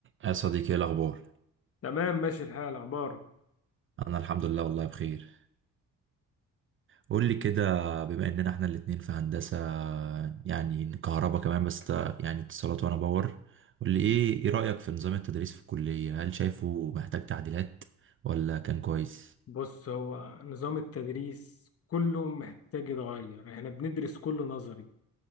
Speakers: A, on the right (about 45°); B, on the left (about 50°).
A: يا صديقي ايه الاخبار
B: تمام ماشي الحال اخبارك
A: انا الحمد لله والله بخير قول لي كده بما اننا احنا الاتنين في هندسة يعني كهرباء كمان بس ت- يعني اتصالات وانا باور قول لي ايه ايه رأيك في نظام التدريس في الكلية هل شايفه محتاج تعديلات ولا كان كويس
B: بص هو نظام التدريس كله محتاج يتغير احنا بندرس كله نظري